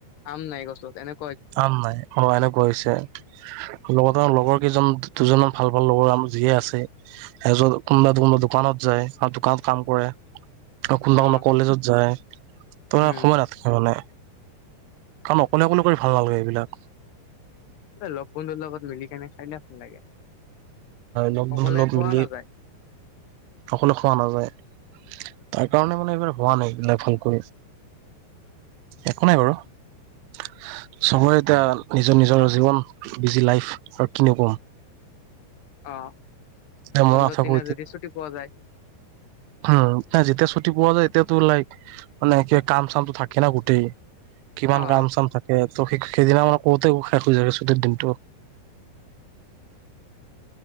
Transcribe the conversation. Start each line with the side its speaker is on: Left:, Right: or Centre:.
Left: আম নাই গছত এনেক
Right: আ নাই অনে কৈছে লগতম লগৰ কেইজন দুজনমান ভাল ভাল লগৰ যিয়ে আছে। এত কোনোবা কোনোবা দোকানত যায়। আৰু দোকানত কাম কৰে। আৰু কোনোবা
Left: অ
Right: কোনো কলেজত যায়। তোম
Left: উম
Right: সময় নাথাকে মানে কাম অকলে অকলে কৰি ভাল নালাগে। এইবিলাক
Left: লগ বন্ধুৰ লগত মিলি কেনে খাইলে ভাল লাগে।
Right: লগ
Left: সকলোৱে
Right: বন্ধুৰ লগত
Left: খোৱা
Right: মিলি
Left: নাযায়।
Right: অকলে খোৱা নাযায়। তাৰ কাৰণে মানে এইবাৰ হোৱা নাই। এইিলাক ভালক একো নাই বাৰু চবৰে এতিয়া নিজৰ-নিজৰ জীৱন বিজি লাইফ আৰু কিন কম
Left: অ',
Right: এতিয়া
Left: পোন্ধৰ
Right: মই নাথাকো
Left: দিনা যদি ছুটি পোৱা যায়।
Right: উ ন যেতিয়া ছুটি পোৱা যায়। এতিয়াতো লাইক মানে ক কাম চামতো থাকে না গোটেই কিমান
Left: অ
Right: কাম
Left: অ
Right: চাম থাকে। ত স সেইদিনা মানে কতে শেষ হৈ যায়ে। ছুটিৰ দিনটো